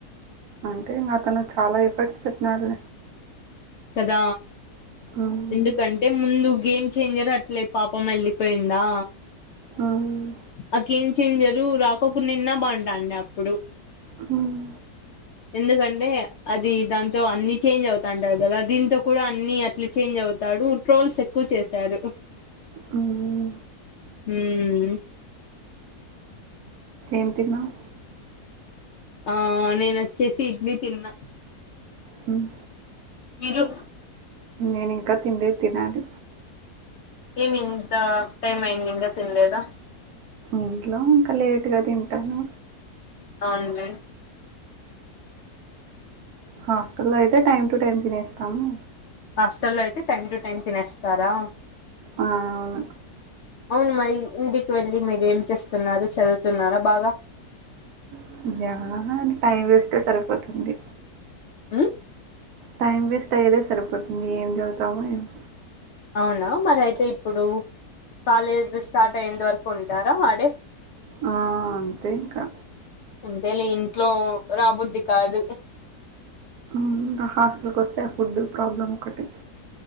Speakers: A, on the right; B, on the left.
A: ఉమ్ అతను చాలా ఎఫర్ట్స్ పెట్టినాడు
B: కదా
A: హ్మ్.
B: ఎందుకంటే ముందు గేమ్ చేంజర్ అట్లే పాపం వెళ్ళిపోయిందా
A: ఉమ్మ్
B: ఆ గేమ్ ఛేంజరు రాకోకుండున్నా బాగుంటాంది అప్పుడు
A: హుమ్
B: ఎందుకంటే అది దాంతో అన్ని చేంజ్ అవుతాండాయి కదా దీంతో కూడా అన్ని అట్లా చేంజ్ అవుతాడు ట్రోల్స్ ఎక్కువ చేశారు.
A: హ్మ్.
B: ఉమ్మ్
A: ఏం తిన్నావ్?
B: ఆ నేను వచ్చేసి ఇడ్లీ తిన్నా
A: హ్మ్.
B: వీడియో
A: నేను ఇంకా తిన్లేదు తినాలి
B: ఏమి ఇంత టైమ్ అయింది ఇంకా తిన్లేదా?
A: ఇంట్లో ఇంకా లేటుగా తింటాను
B: అవున్లే
A: హాస్టల్లో అయితే టైమ్ టు టైమ్ తినేస్తాము
B: హాస్టల్లో అయితే టైమ్ టు టైమ్ తినేస్తారా
A: ఆ అవును
B: అవును మరి ఇంటికి వెళ్ళి మీరు ఏం చేస్తున్నారు చదువుతున్నారా బాగా
A: <unintelligible> టైం వేస్తే సరిపోతుంది
B: ఉమ్మ్
A: టైం వేస్ట్ అయ్యేదే సరిపోతుంది ఏం చదువుతామో ఏమో
B: అవునా మరి అయితే ఇప్పుడు కాలేజ్ స్టార్ట్ అయ్యేంత వరకు ఉంటారా అడే
A: ఆ! అంతే ఇంకా
B: అంతేలే ఇంట్లో రాబుద్ది కాదు
A: మ్మ్ హాస్టల్ కి వస్తే ఫుడ్ ప్రాబ్లమ్ ఒకటి